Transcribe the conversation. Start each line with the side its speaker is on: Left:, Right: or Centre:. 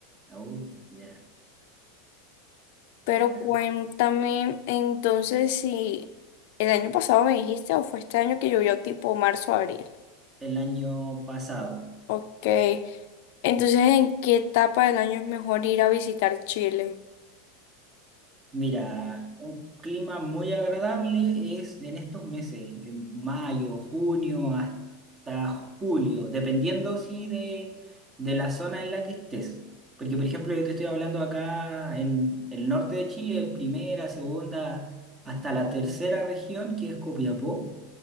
Right: Oh, ya.
Left: Pero
Right: Mira,
Left: cuéntame entonces si el año pasado me dijiste o fue este año que llovió tipo marzo, abril.
Right: el año pasado.
Left: Ok. Entonces, ¿en qué etapa del año es mejor ir a visitar Chile?
Right: Mira, un clima muy agradable es en estos meses, en mayo, junio, hasta julio, dependiendo sí de, de la zona en la que estés. Porque, por ejemplo, yo te estoy hablando acá en el norte de Chile, primera, segunda, hasta la tercera región, que es Copiapó.